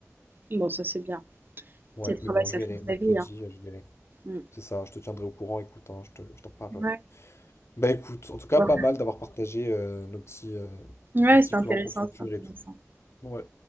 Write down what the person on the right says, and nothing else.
Bon, ça c'est bien.
Télétravail,
ça
change
la vie, hein.
Mm.
Ouais.
Ouais,
Ouais,
c'est intéressant,
c'est intéressant.